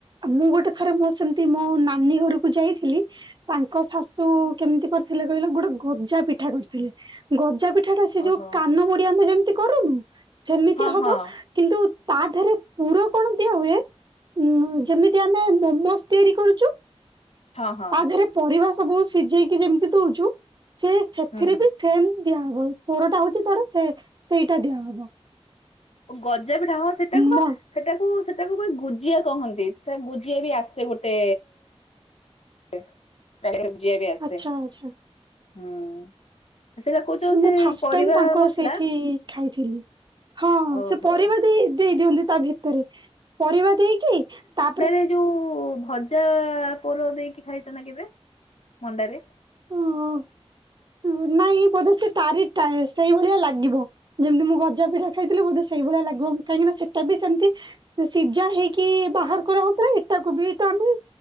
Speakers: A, on the right; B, on the left.
A: ମୁଁ ଗୋଟେ ଥରେ ମୋ ସେମତି ମୋ ନାନୀ ଘରକୁ ଯାଇଥିଲି ତାଙ୍କ ଶାଶୁ କେମହସତି କରିଥିଲେ କଇଲ ଗୋଟେ ଗଜା ପିଠା କରିଥିଲେ ଗଜା ପିଠା ପିଠା ଟା ସେ
B: ଓହୋ।
A: ଯୋଉ କାନ ବୁଡି ଆମେ ଯେମତି କରୁନୁ ସେମିତି
B: ହଁ
A: ହବ
B: ହଁ
A: କିନ୍ତୁ ତା ଦେହରେ ପୁର କଣ ଦିଆ ହୁଏ ଉ ଯେମିତି ଆମେ ମୋମୋସ୍ ତିଆରି କରୁଚୁ
B: ହଁ ହଁ
A: ତା ଧେରେ ପରିବା ସବୁ ସିଜେଇକି ଯେମିତି ଦଉଚୁ ସେ ସେଥିରେ
B: ହୁଁ ହୁଁ
A: ବି ଥେମ ଦିଆ ହବ ପୋଡଟା ହୋଉଚି ତାର ସେମ ସେଇଟା ଦିଆ ହବ।
B: ଗଜା ପିଠା ହଁ ସେଟାକୁପା
A: ମ
B: ସେଟାକୁ ସେଟାକୁ ଗୁଜିଆ କହନ୍ତି ସେ ଗୁଜିଆ ବି ଆସେ ଗୋଟେ ଏ ପେଲପ ଯିଏ ବି ଆସେ
A: ଆଚ୍ଛା ଆଚ୍ଛା।
B: ହୁଁ। ସେଟା କହୁଛ
A: ମୁଁ
B: ସେ
A: ଫାଷ୍ଟ
B: ପରିବା
A: ଟାଇମ ତାଙ୍କର
B: ମସଲା
A: ସେଇଠି ଖାଇଥିଲି। ହଁ ହଁ
B: ଓହୋ
A: ସେ ପରିବା ଦେଇ ଦେଇଦିଅନ୍ତି ତା ଭିତରେ ପରିବାଦେଇକି ତାପରେ
B: ସେ ଯୋଉ ଭଜା ପୋର ଦେଇକି ଖାଇଚ ନା କେବେ ମଣ୍ଡାରେ।
A: ଓହ ଉ ନାଇଁ ବୋଧେ ସେ ତାରିଟାଏ ସେଇଭଳିଆ ଲାଗିବ। ଯେମତି ମୁଁ ଗଜାପିଠା ଖାଇଥିଲି ବୋଧେ ସେଇ ଭଳିଆ ଲାଗିବ କାହିଁକିନା ସେଟା ସେମତି ସିଜା ହେଇ କି ବାହାର କରାହଉଥିଲା କି ଏଇଟାକୁ ବି ତ ଆମେ